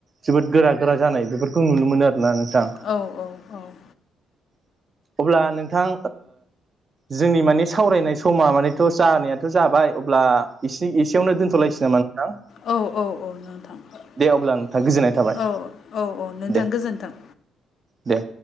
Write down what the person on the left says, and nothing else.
औ औ औ
औ औ औ नोंथां
<inaudible>
औ औ औ नोंथां
गोजोन्थों।